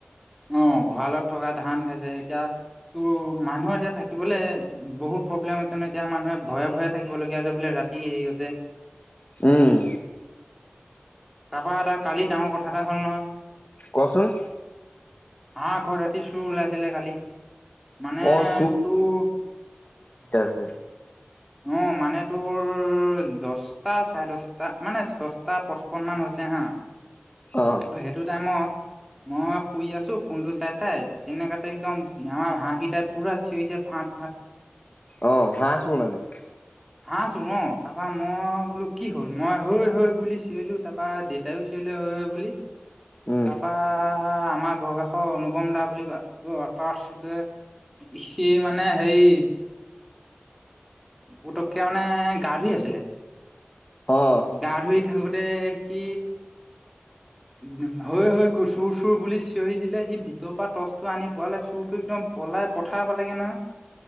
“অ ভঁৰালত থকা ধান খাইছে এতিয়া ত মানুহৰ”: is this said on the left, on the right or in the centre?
Centre